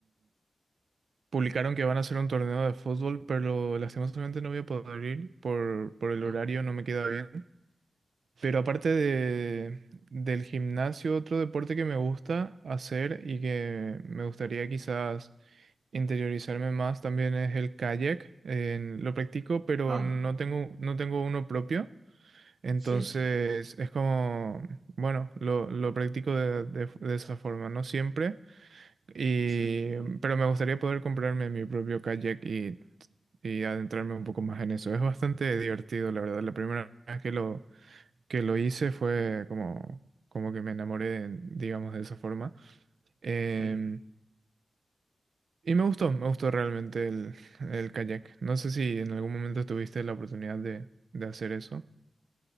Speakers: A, on the right; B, on the right.
A: publicaron que van a hacer un torneo de fútbol, pero lastimosamente no voy a poder ir por, por el
B: ¿Mm?
A: horario, no me queda bien. Pero aparte de, del gimnasio, otro deporte que me gusta hacer y que me gustaría quizás interiorizarme más también es el kayak. Eh, lo practico, pero
B: Ah,
A: no tengo, no tengo uno propio. Entonces
B: Sí,
A: es como, bueno, lo, lo practico de, de de esa forma, no siempre. Y,
B: sí,
A: pero me gustaría poder comprarme mi propio kayak y, y adentrarme un poco más en eso. Es bastante divertido, la verdad. La primera vez que lo, que lo hice fue como, como que me enamoré, digamos, de esa forma. Em,
B: sí.
A: y me gustó, me gustó realmente el, el kayak. No sé si en algún momento tuviste la oportunidad de, de hacer eso.